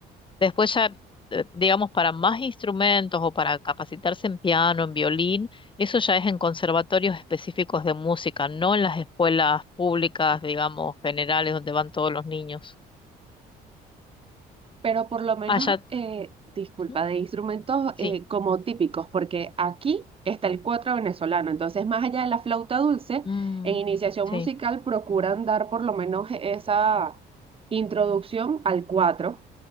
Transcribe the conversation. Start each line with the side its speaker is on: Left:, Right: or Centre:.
Left: Después ya, eh, digamos, para más instrumentos o para capacitarse en piano, en violín, eso ya es en conservatorios específicos de música, no en las escuelas públicas, digamos, generales donde van todos los niños.
Right: pero por lo menos,
Left: Ah, ya.
Right: eh, disculpa,
Left: ¿Mm?
Right: de instrumentos
Left: Sí.
Right: eh, como típicos, porque aquí está el cuatro venezolano, entonces más allá de la flauta dulce,
Left: Mm,
Right: en iniciación
Left: sí.
Right: musical procuran dar por lo menos esa introducción al cuatro